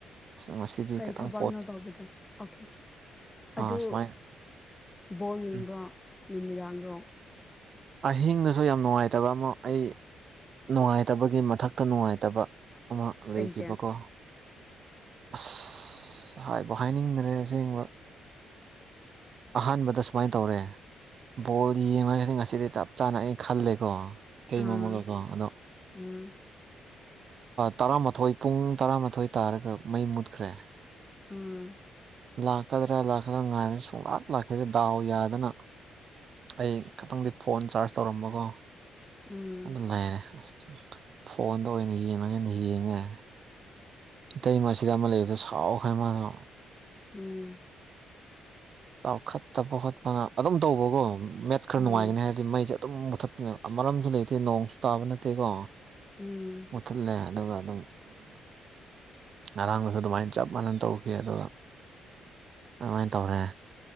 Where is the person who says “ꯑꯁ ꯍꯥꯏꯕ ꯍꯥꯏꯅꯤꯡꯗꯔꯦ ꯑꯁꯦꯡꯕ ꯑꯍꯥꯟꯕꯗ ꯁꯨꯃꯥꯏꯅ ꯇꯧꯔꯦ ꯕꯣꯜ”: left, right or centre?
Right